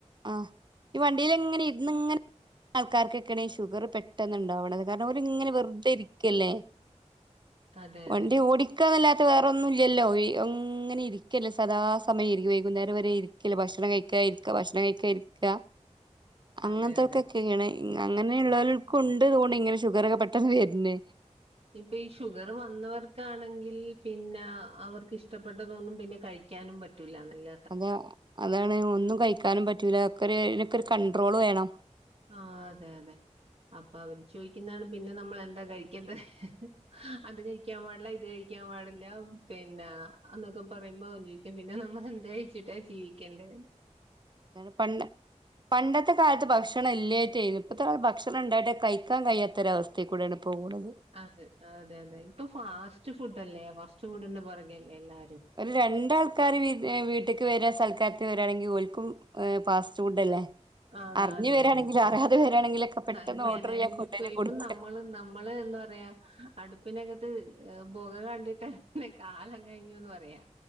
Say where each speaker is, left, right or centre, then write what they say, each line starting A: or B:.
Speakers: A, on the right; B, on the right.
A: ആഹ് ഈ വണ്ടിൽ എങ്ങനെ ഇരുന്ന്ങ്ങനെ ആൾക്കാർക്കൊക്കെയാണ് ഈ ഷുഗർ പെട്ടെന്നുണ്ടാവണത് കാരണം അവരിങ്ങെ വെറുതെ ഇരിക്കല്ലേ
B: <inaudible> അതെ അതെ
A: വണ്ടി ഓടി ക്കാ ന്നല്ലാത്ത വേറൊന്നും ഇല്ലല്ലോ അങ്ങനെ ഇരിക്കല്ലെ സദാ സമയംരിക്ക വൈകുന്നേം വരെ ഇരിക്കല ഭക്ഷണം കഴിക്കാ ഇരിക്ക ഭക്ഷണം കഴിക്കാ ഇരിക്ക അങ്ങനത്തെക്കൊക്കെണ്
B: അതെ അതെ
A: അങ്ങനെയുള്ളവല് ക്ക് ണ്ട് തോണി ഇങ്ങനെ ഷുഗർൊക്കെ പെട്ടെന്ന് വര് ണ്
B: ഇപ്പൊ ഈ ഷുഗർ വന്നവർ ക്കാണെങ്കിൽ പിന്നെ അവർക്ക് ഇഷ്ടപ്പെട്ടതൊന്നും പിന്നെ കഴിക്കാനും പറ്റൂല്ല നല്ല
A: അത അതാണ് ഒന്നും കഴിക്കാനും പറ്റൂല ഒക്കെ ഇതിനൊക്കെ ഒരു കണ്ട്രോൾ വേണം
B: ആ അതെ അതെ അപ്പൊ അവര് ചോദിക്കുന്നാണ് പിന്നെ നമ്മൾ എന്താ കഴിക്കേണ്ടത്ഹ് ഹ് ഹ് ഹ് അത് കഴിക്കാൻ പാടില്ല ഇത് കഴിക്കാൻ പാടില്ലഉം പിന്നെ അന്നൊക്കെ പറയുമ്പോ ജീവിക്ക പിന്നെ നമ്മൾ എന്തായച്ചിട്ടാ ജീവിക്കേണ്ടേ
A: ഇതാണ് പണ്ട് പണ്ടത്തെ കാലത്ത് ഭക്ഷണം ഇല്ലായിറ്റെയ് നു ഇപ്പത്തെ കാല ഭക്ഷണം ഉണ്ടായിട്ട് കഴിക്കാൻ കഴിയാത്തൊരവസ്ഥ ത്തെ കൂടെ <unintelligible>
B: അത് അതെ അതെ ഇപ്പൊ ഫാസ്റ്റ് ഫുഡല്ലേ ഫാസ്റ്റ് ഫുഡ്ന്റെ പുറകല്ലേ എല്ലാരും
A: ഒരു രണ്ടാൾക്കാര് വിര് വീട്ടക്ക് വര സൽക്കാരത്തി വരാവാണെങ്കിൽ ഓര്ക്കും ഫാസ്റ്റ് ഫുഡ് അല്ലേ
B: അതെ
A: അറിഞ്ഞു
B: അതെ
A: വരാണെങ്കിലും
B: അതെ
A: അറിയാതെ വരാണെങ്കിലൊക്കെപെട്ടെന്ന്
B: അങ്ങനെ
A: ഓർഡർ ചെയ്യാൻ
B: അങ്ങനെ
A: കൊടനെ
B: ഇപ്പ ഇപ്പൊ
A: കൊടുക്കഹ്
B: നമ്മള് നമ്മള് എന്താ പറയാ അടുപ്പിനകത്ത്ബുക കണ്ടിട്ട് ഹ് കാലം കഴിഞ്ഞുന്ന് പറയാ